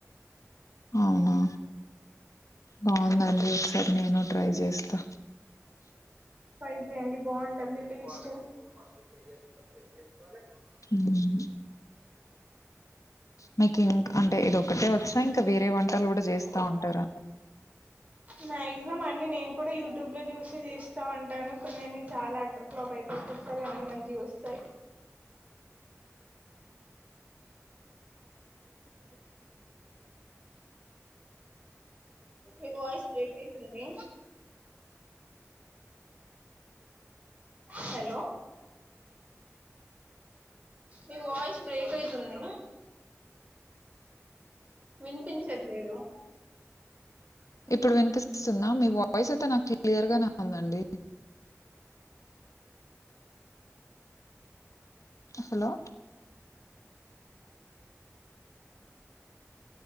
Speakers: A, on the left; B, on the right.
A: అవునా బాగుందండి ఒకసారి నేను ట్రై చేస్తా
B: ట్రై చెయ్యండి బాగుంటుంది టేస్ట్ ఏం చేస్తున్నప్పుడు ఏం చేసుకోవాలి
A: మ్మ్ మీకు ఇంక్ అంటే ఇది ఒక్కటే వచ్చా ఇంకా వేరే వంటలు గుడా చేస్తా ఉంటారా
B: మాక్సిమం అన్ని నేను కూడా యూట్యూబ్ లో చూస్తే చేస్తా ఉంటాను కొన్ని అన్ని చాలా అట్టర్ ఫ్లాప్ అయిపోతుంటాయ్ నేను చెస్తే మీ వాయిస్ బ్రేక్ అయితుంది హలో మీ వాయిస్ బ్రేక్ అయితుంది వినిపించట్లేదు
A: ఇప్పుడు వినిపిస్తుందా మీ వాయిస్ అయితే నాకు క్లియర్ గానే ఉందండి హలో